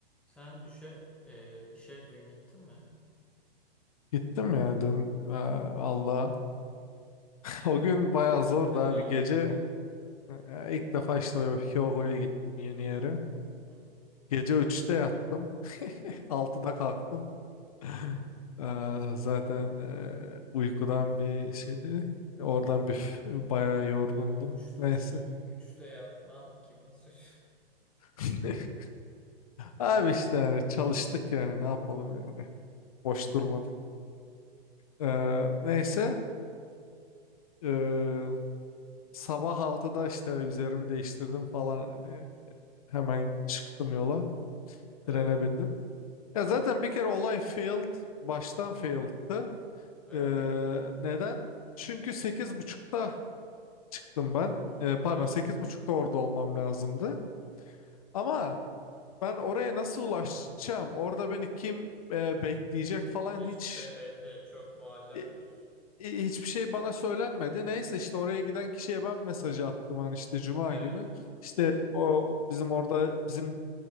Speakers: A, in the centre; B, on the left.
A: Sen düşe e, işe dün gittin mi?
B: Gittim ya dün Aa, Allah. <laughs> O gün bayağı
A: İlk
B: zordu
A: defa
B: abi gece.
A: mı gittin?
B: e, ilk defa işte o Hyogo'ya gittim yeni
A: Hı
B: yere.
A: hı. Hı hı.
B: Gece üçte yattım. <laughs>
A: Hı hı.
B: altıda kalktım. <laughs>
A: hı hı.
B: Eee, zaten eee, uykudan bir şeydi. Oradan bir f- bayağı yorgundum.
A: Ya üç, üç,
B: Neyse.
A: üçte yatman kimin suçu? <laughs>
B: <laughs> Abi işte yani çalıştık yani ne yapalım yani. Boş durmadık. Eee, neyse.
A: Evet. Hı hı.
B: Eee, sabah altıda işte üzerimi değiştirdim
A: Hı hı.
B: falan. Hani Hemen çıktım yola.
A: Evet.
B: Trene bindim. Ya zaten bir kere olay failed. Baştan
A: Hı
B: failed'tı.
A: hı. Evet.
B: Ee, neden? Çünkü sekiz buçukta çıktım ben.
A: Hı hı.
B: Ee, pardon
A: Evet.
B: sekiz buçukta orada olmam lazımdı.
A: Hı hı.
B: Ama ben oraya nasıl ulaşacağım? Orada beni kim e, bekleyecek falan
A: Hiçbir
B: hiç
A: şey belli değil. Çok muallak
B: e,
A: diyorsun.
B: e, hiçbir şey bana söylenmedi. Neyse işte oraya
A: Hı hı.
B: giden kişiye ben mesajı attım. Hani işte Cuma
A: Evet.
B: günü. İşte o bizim orada bizim